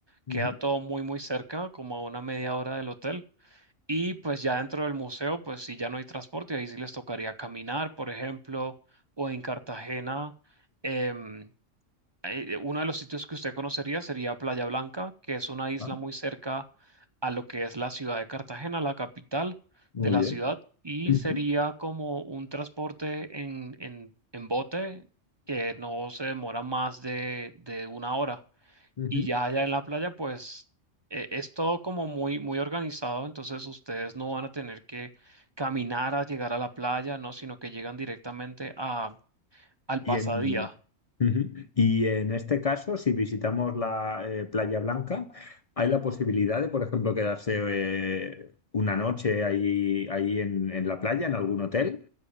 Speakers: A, on the left; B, on the right.
A: ujú.
B: Queda todo muy, muy cerca, como a una media hora del hotel. Y pues ya dentro del museo, pues sí, ya no hay transporte, ahí sí les tocaría caminar, por ejemplo, o en Cartagena. em, eh, uno de los sitios que usted conocería sería Playa Blanca, que es una isla
A: Ah,
B: muy cerca a lo que es la ciudad de Cartagena, la capital
A: muy
B: de la
A: bien.
B: ciudad, y
A: Ujú,
B: sería como un transporte en, en, en bote que no se demora más de, de una hora.
A: ujú.
B: Y ya allá en la playa, pues eh, es todo como muy, muy organizado, entonces ustedes no van a tener que caminar a llegar a la playa, ¿no? Sino que llegan directamente a, al
A: Y
B: pasadía.
A: en, Ujú. Y en este caso, si visitamos la eh, Playa Blanca, hay la posibilidad de, por ejemplo, quedarse eh, una noche ahí, ahí en, en la playa, en algún hotel,